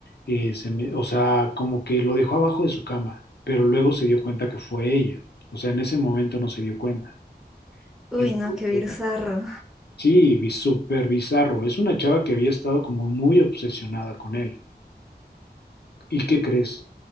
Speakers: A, on the left; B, in the centre.
A: Eh, se me- o sea, como que lo dejó abajo de su cama, pero luego se dio cuenta que fue ella. O sea, en ese momento no se dio cuenta.
B: Uy,
A: Entonces,
B: no, qué bizarro.
A: sí, vi- súper bizarro. Es una chava que había estado como muy obsesionada con él. ¿Y qué crees?